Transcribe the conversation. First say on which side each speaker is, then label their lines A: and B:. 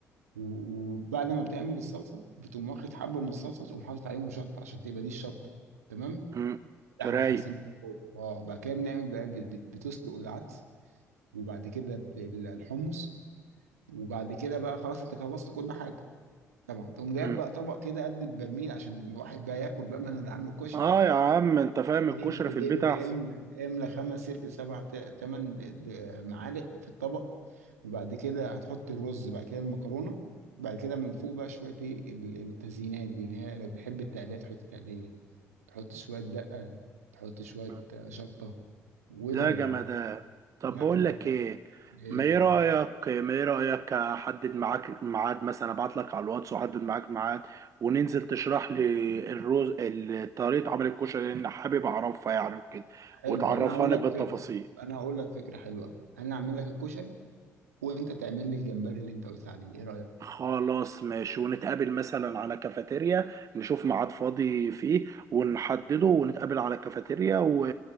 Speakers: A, on the right; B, on the right.
A: و- وبعد ما بتعمل الصلصه بتقوم واخد حبه من الصلصه تقوم حاطط عليهم شطه عشان تبقى دي الشطه تمام
B: مم.
A: ده
B: رايق
A: احنا خلصنا منه كله اه بعد كده بنعمل بقى بت- بت- بتسلق العدس وبعد كده بال- الحمص وبعد كده بقى خلاص انت خلصت كل حاجه طبعا تقوم جايب
B: مم.
A: بقى طبق كده قد البرميل عشان الواحد بقى ياكل بقى ما انا اللي عامل الكشري
B: اه يا عم انت فاهم
A: ودب
B: الكشري
A: دب
B: في البيت احسن
A: املى املى خمس ست سبع ت- تمن د- معالق في الطبق وبعد كده هتحط الرز بعد كده المكرونه بعد كده من فوق بقى شويه ايه ال- التزيينات دي اللي هي لو بتحب التقليه تحط تقليه تحط شويه دقه تحط شويه
B: مم.
A: آه، شطه واضرب
B: لا جمدان
A: يا معلم
B: طب
A: لا
B: بقول
A: بجد
B: لك ايه
A: إيه.
B: ما ايه رايك ما ايه رايك احدد معاك ميعاد مثلا ابعت لك على الواتس واحدد معاك ميعاد وننزل تشرح لي الروز ال- طريقه عمل الكشري لان حابب اعرفها يعني وكده
A: حلو
B: وتعرفاني
A: انا هقول لك
B: بالتفاصيل
A: فكره انا هقول لك فكره حلوه قوي انا هعمل لك الكشري وانت تعمل لي الجمبري اللي انت قلت عليه ايه رايك
B: خلاص ماشي ونتقابل مثلا على كافيتيريا نشوف ميعاد فاضي فيه ونحدده ونتقابل على كافيتيريا و...